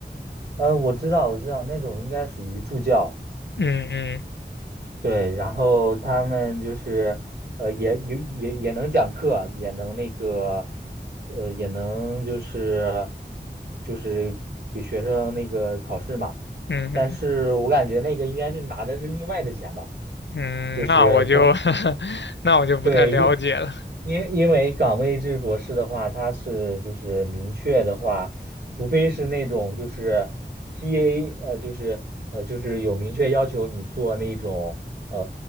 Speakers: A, on the right (about 65°); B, on the left (about 85°).
A: 嗯，我知道，我知道，那种应该属于助教。
B: 嗯嗯
A: 对，然后他们就是，呃，也也也也能讲课啊，也能那个，呃，也能就是就是给学生那个考试嘛。
B: 嗯
A: 但是我感觉那个应该是拿的是另外的钱吧，
B: 嗯，
A: 就是工
B: 那我就 <laughs> 那我就不太了解了。
A: 对，因因因为岗位制博士的话，它是就是明确的话，除非是那种就是 P a 呃，就是呃，就是有明确要求你做那种呃